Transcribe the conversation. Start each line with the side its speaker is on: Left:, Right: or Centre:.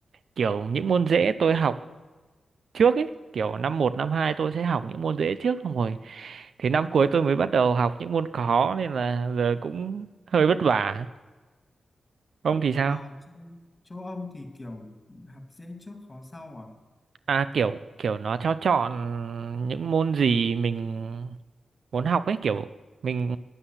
Right: kiểu những môn dễ tôi học trước ấy kiểu năm một năm 2 tôi sẽ học những môn dễ trước xong rồi thì năm cuối tôi mới bắt đầu học những môn khó nên là giờ cũng hơi vất vả ông thì sao
Left: À, chỗ, chỗ ông thì kiểu học dễ trước khó sau à?
Right: à kiểu kiểu nó cho chọn những môn gì mình muốn học ấy kiểu mình